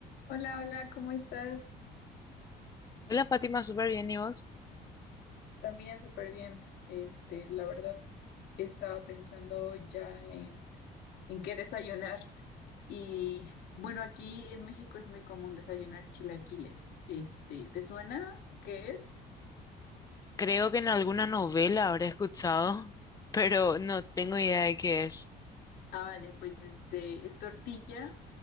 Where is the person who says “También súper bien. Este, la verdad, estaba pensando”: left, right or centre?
Left